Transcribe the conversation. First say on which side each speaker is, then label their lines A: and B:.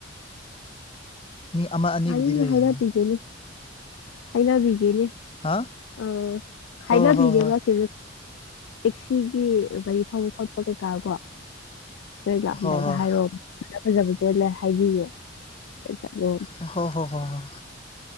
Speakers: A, on the left; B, on the left.
A: ꯃꯤ ꯑꯃ ꯑꯅꯤꯕꯨꯗꯤ
B: ꯑ <unintelligible>
A: ꯂꯩꯕꯅꯤ
B: ꯍꯩꯅ <unintelligible> ꯇꯤꯒꯦꯅꯤ <unintelligible> ꯍꯥꯏꯅꯥꯕꯤꯒꯦꯅꯤ
A: ꯍꯥ
B: ꯑ
A: ꯍꯣꯏ
B: ꯍꯥꯏꯅꯕꯤꯒꯦꯕ
A: ꯍꯣꯏ
B: ꯑꯁꯤ ꯇꯦꯛꯁꯤꯒꯤ ꯒꯥꯔꯤ ꯊꯧꯕ ꯈꯣꯠꯄ ꯀꯩꯀꯥ ꯀꯣ ꯅꯣꯏ ꯂꯥꯛꯑꯝꯗꯥꯏꯗ
A: ꯍꯣꯏ ꯍꯣꯏ ꯍꯣꯏ
B: ꯍꯥꯏꯔꯣꯕ ꯐꯖ ꯐꯖꯕꯗꯣ ꯂꯣꯏꯅ ꯍꯥꯏꯕꯤꯌꯦ ꯑꯗꯨꯝ <unintelligible>
A: ꯍꯣꯏ ꯍꯣꯏ ꯍꯣꯏ ꯍꯣꯏ